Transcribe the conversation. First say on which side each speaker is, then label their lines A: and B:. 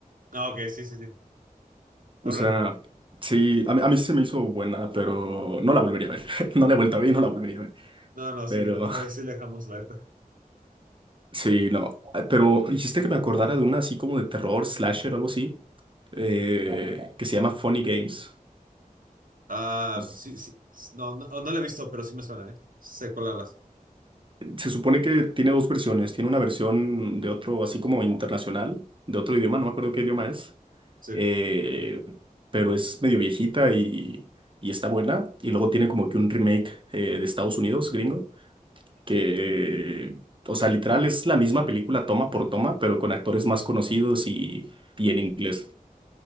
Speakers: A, on the right; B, on the right.
A: Ah, ok, sí, sí, sí. Ahora,
B: O sea, sí, a mí, a mí sí se me hizo buena, pero no la volvería a ver. <laughs> No la he vuelto a ver y no la volvería a ver.
A: no, no,
B: Pero
A: sí, mejor ahí sí le dejamos la neta.
B: <laughs> sí, no. Eh, Pero hiciste que me acordara de una así como de terror, slasher o algo así, eh, que se llama Funny Games.
A: Ah,
B: Pues,
A: sí, sí. No, no, oh, no la he visto, pero sí me suena, ¿eh? Sé cuál hablas.
B: Se supone que tiene dos versiones. Tiene una versión de otro, así como internacional, de otro idioma, no me acuerdo qué idioma es.
A: Sí,
B: eh, pero es medio viejita y, y está buena. Y luego tiene como que un remake eh, de Estados Unidos, gringo. que, o sea, literal es la misma película toma por toma, pero con actores más conocidos y, y en inglés.